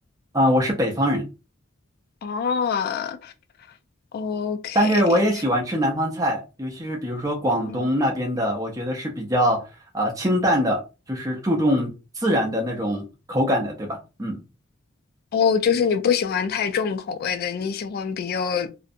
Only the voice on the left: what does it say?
哦，OK，
嗯，
哦，就是你不喜欢太重口味的，你喜欢比较